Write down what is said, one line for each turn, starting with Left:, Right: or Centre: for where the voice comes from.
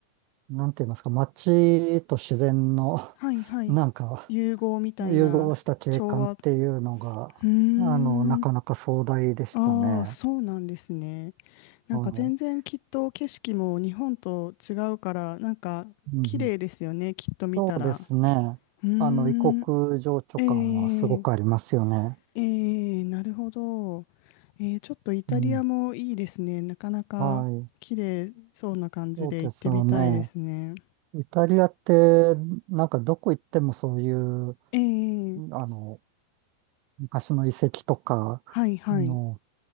Right: なんて言いますか、街と自然の、
Left: はいはい。
Right: <laughs> なんか、
Left: 融合みたいな調和。
Right: 融合した景観っていうのが、
Left: うーん。
Right: あの、なかなか壮大でしたね。
Left: ああ、そうなんですね。なんか全然きっと景色も日本と違うから、
Right: は
Left: なんか綺麗ですよね、
Right: い。うん。
Left: きっと見たら。
Right: そうですね。
Left: うーん。
Right: あの、異国情緒感はすごくありますよね。
Left: ええええなるほど。えー、ちょっとイタリアもいいですね。
Right: うん。
Left: なかなか綺麗そうな感じで行ってみたいですね。
Right: はい。そうですよね。イタリアって、なんかどこ行ってもそういう、
Left: ええ
Right: あの、昔の遺跡とか、
Left: はいはい。
Right: あの